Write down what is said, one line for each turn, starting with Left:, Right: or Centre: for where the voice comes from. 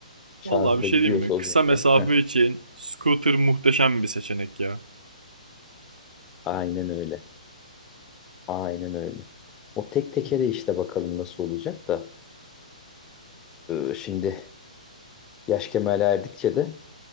Left: Şarjı
Right: Vallahi bir
Left: da
Right: şey
Left: gidiyorsa
Right: diyeyim mi?
Left: uzun
Right: Kısa
Left: süre.
Right: mesafe
Left: Heh.
Right: için scooter muhteşem bir seçenek ya.
Left: Aynen öyle. Aynen öyle. O tek tekere işte bakalım nasıl olacak da. Ee, şimdi yaş kemale erdikçe de